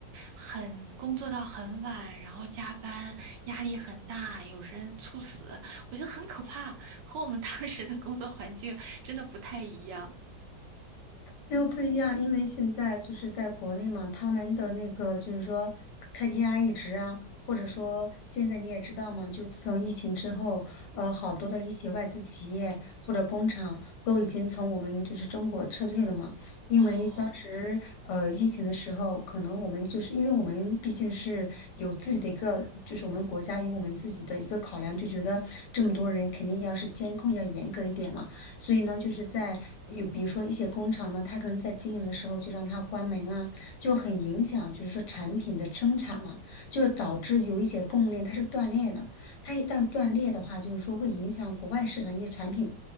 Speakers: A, on the right; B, on the left.
A: 很工作到很晚，然后加班，压力很大，有人猝死，我觉得很可怕，和我们当时的工作环境 <laughs> 真的不太一样。
B: 就不一样，因为现在就是在国内嘛，他们的那个就是说 KPI 一直啊，或者说现在你也知道嘛，就自从疫情之后，呃，好多的一些外资企业或者工厂都已经从我们就是中国撤退了嘛，因为当时呃疫情的时候，
A: 哦，
B: 可能我们就是因为我们毕竟是有自己的一个，就是我们国家有我们自己的一个考量，就觉得这么多人肯定要是监控要严格一点嘛。所以呢，就是在有比如说一些工厂呢，它可能在经营的时候就让它关门啊，就很影响，就是说产品的生产了、就是导致有一些供应链它是断裂的。它一旦断裂的话，就是说会影响国外市场一些产品